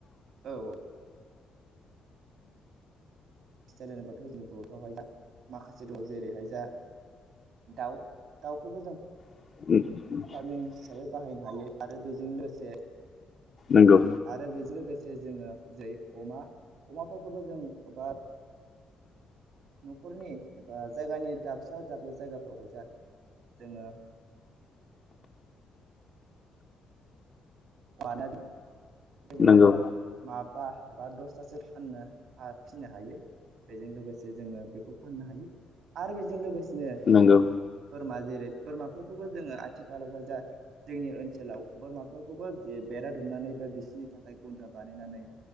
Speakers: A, on the right; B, on the left.
A: औ सटाइल होनोबाथ' जोंनि बर'फ्रावहाय जा माखासे दङ जेरैहाय जा दाउ दाउखौबो जों
B: <inaudible>
A: फार्मिं हिसाबै बाहायनो हायो आरो बेजों लोगोसे
B: नंगौ
A: आरो बेजों लोगोसे जोङो जै अमा अमाफोरखौबो जों बा न'खरनि एबा जायगानि दाबस्ला दाब्ला जायगाफ्रावहाय जा जोङो <unintelligible>
B: नंगौ
A: माबा एबा दसथासो फाननो फिनो हायो बेजों लोगोसे जोङो बेखौ फाननो हायो आरो बेजों लोगोसेनो
B: नंगौ
A: बोरमा जेरै बोरमाफोरखौबो जोङो आथिखालावहाय जा जोंनि ओनसोलाव <unintelligible> खौबो जे बेरा दुमनानै बा बिसोरनि थाखाय गन्द्रा बानायनानै